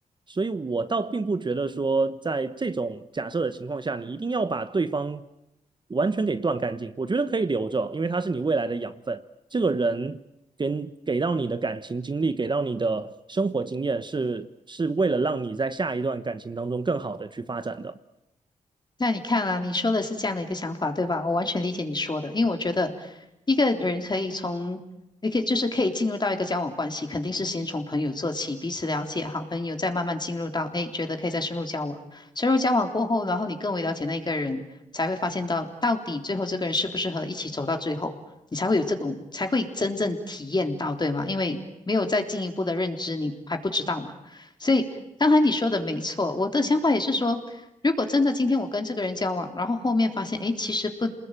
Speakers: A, on the right; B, on the left.
A: 所以我倒并不觉得说，在这种假设的情况下，你一定要把对方完全给断干净。我觉得可以留着，因为他是你未来的养分。这个人给给到你的感情经历，给到你的生活经验是，是为了让你在下一段感情当中更好的去发展的。
B: 那你看啊，你说的是这样的一个想法，对吧？我完全理解你说的，因为我觉得一个人可以从，也可以就是可以进入到一个交往关系，肯定是先从朋友做起，彼此了解，好朋友，再慢慢进入到，哎，觉得可以再深入交往。深入交往过后，然后你更为了解那一个人，才会发现到到底最后这个人适不适合一起走到最后，你才会有这种，才会真正体验到，对吗？因为没有再进一步的认知，你还不知道嘛。所以刚才你说的没错，我的想法也是说。如果真的今天我跟这个人交往，然后后面发现，诶，其实不，